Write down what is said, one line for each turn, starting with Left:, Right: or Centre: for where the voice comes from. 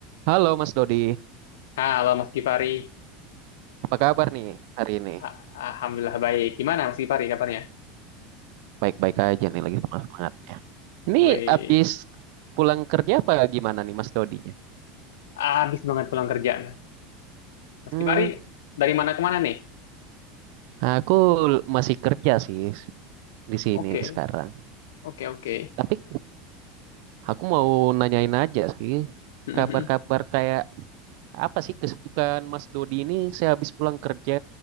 Right: Halo Mas Dodi,
Left: Halo Mas Gifari,
Right: apa kabar nih hari ini?
Left: A- Alhamdulillah baik. Gimana Mas Gifari kabarnya?
Right: Baik-baik aja nih lagi semangat-semangatnya. Ini
Left: Wih,
Right: habis pulang kerja apa gimana nih Mas Dodinya?
Left: habis banget pulang kerja Mas. Mas
Right: Hmm,
Left: Gifari dari mana ke mana nih?
Right: aku l- masih kerja sih di sini
Left: Oke,
Right: sekarang.
Left: oke, oke.
Right: Tapi
Left: <laughs>
Right: aku mau nanyain aja sih,
Left: Mhm.
Right: kabar-kabar kayak apa sih kesibukan Mas Dodi ini sehabis pulang kerja